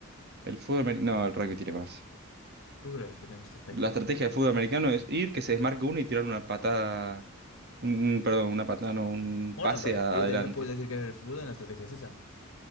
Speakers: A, on the right; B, on the left.
A: El fútbol americano. No, el rugby tiene más.
B: ¿Tú crees que tiene más estrategia?
A: La estrategia del fútbol americano es ir, que se desmarque uno y tirar una patada. Un, un- perdón, una patada, no, un
B: Bueno,
A: pase
B: también-
A: a-
B: y
A: adelante.
B: también me puedes decir que el fútbol en la estrategia es esa.